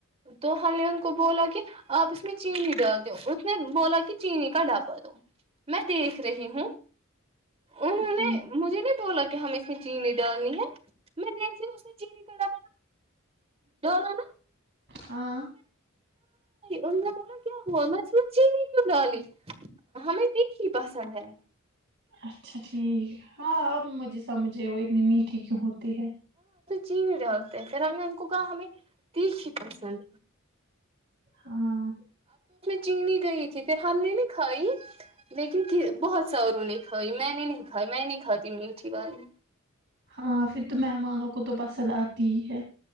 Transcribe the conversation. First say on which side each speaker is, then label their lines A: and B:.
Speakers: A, on the right; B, on the right.
A: تو ہم نے ان کو بولا کہ آپ اس میں چینی ڈال دو اس نے بولا کہ چینی کا ڈبہ دو میں دیکھ رہی ہوں انہوں
B: اچھا ٹھیک
A: نے مجھے نہیں بولا کہ ہم اس میں چینی ڈالنی ہے میں دیک چینی کا ڈالا نا
B: ہاں
A: ان میں بولو کیا ہو م چینی کیوں ڈالی ہمیں دیک ہی پسند ہے
B: اچھا ٹھیک ہاں اب مجھی سمجھے وہ ات ن میٹھی گہند <inaudible>
A: ٹی ڈالتے ہیں فی الحال نے ہم کو کہا ہمیں تییک ہی پسند
B: ہاں
A: چنی گئی تھی پھر ہم نے نہیں کھائی لیکن بہت سا ان نے کھائی میں نے نہیں کھائی میں نہیں کھاتا ت میٹھی والی
B: ہاں پھر تو مہمانوں کو تو پسند آتی ہی ہے